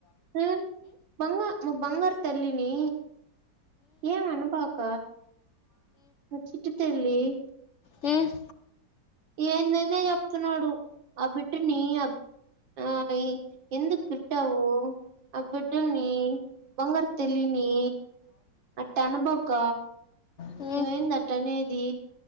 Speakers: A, on the right; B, on the left.
A: ఆ బంగ మా బంగారు తల్లిని ఎం అనబాక మా చిట్టి తల్లి
B: ఉమ్
A: ఏందేందో చెప్తున్నాడు ఆ బిడ్డని అ ఆ మీ ఎందుకు తిట్టావు ఆ బిడ్డని బంగారు తల్లిని అట్ట అనబాక
B: ఉమ్ ఉమ్
A: నువ్వేంది అట్టనేది